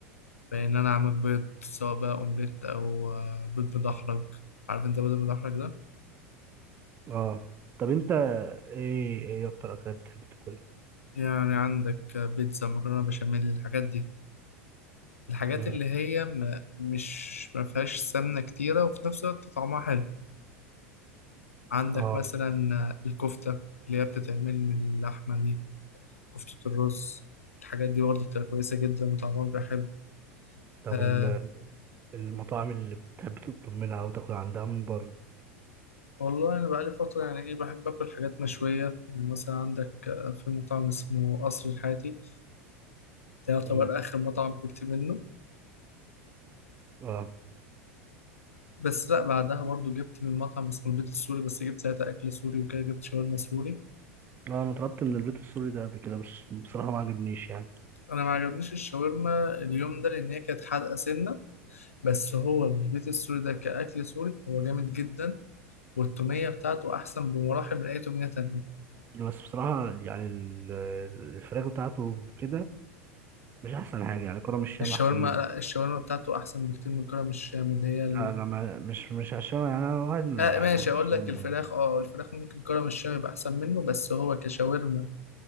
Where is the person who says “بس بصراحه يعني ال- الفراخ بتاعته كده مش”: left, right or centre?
Right